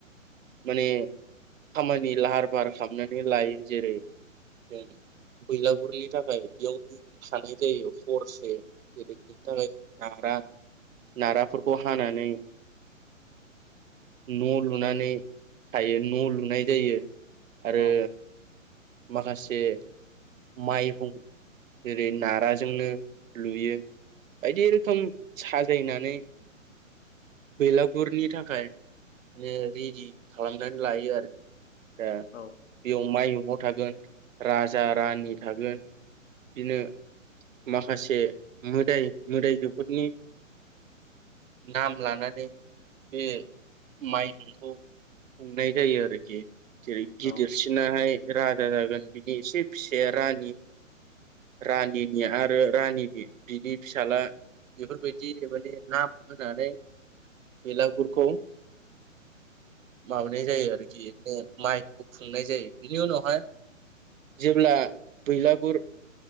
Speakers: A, on the right; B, on the left.
A: माने खामानि लाहार फाहार खालामनानै लायो जेरै जों बैलागुरनि थाखाय बेयावनो थानाय जायो हरसे जेरै बेनि थाखाय नारा नाराफोरखौ हानानै न लुनानै थायो न लुनाय जायो। आरो
B: औ
A: माखासे <unintelligible> जेरै नाराजोंनो लुयो बायदि रोखोम साजायनानै बेलागुरनि थाखाय ओ रेडि खालामनानै लायो आरो। <unintelligible>
B: औ
A: थागोन राजा रानि थागोन बिदिनो माखासे मोदाय मोदायजोफोरनि नाम लानानै बे माइहुंखौ खुंनाय जायो आरोकि। जेरै
B: औ
A: गिदिरसिनाहाय राजा जागोन बिनि एसे फिसाया रानि रानिनि आरो रानिनि बिनि फिसाला बेफोरबायदि माने नाम होनानै बेलागुरखौ माबानाय जायो आरोकि <unintelligible> खुंनाय जायो। बिनि उनावहाय जेब्ला बैलागुर